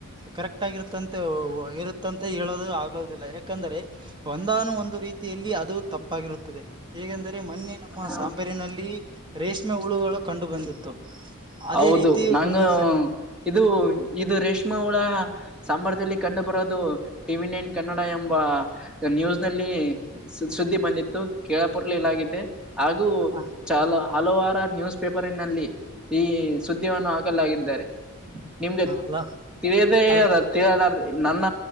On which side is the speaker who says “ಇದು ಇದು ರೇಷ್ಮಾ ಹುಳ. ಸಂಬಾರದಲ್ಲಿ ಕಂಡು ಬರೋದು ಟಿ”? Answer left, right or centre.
Centre